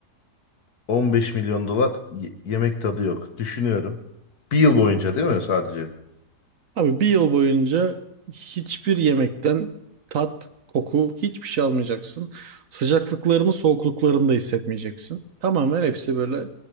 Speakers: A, on the left (about 70°); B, on the right (about 60°).
A: 15 milyon dolar y- yemek tadı yok. Düşünüyorum. Bir yıl boyunca değil mi sadece?
B: Abi bir yıl boyunca hiçbir yemekten tat, koku, hiçbir şey almayacaksın. Sıcaklıklarını, soğukluklarını da hissetmeyeceksin. Tamamen hepsi böyle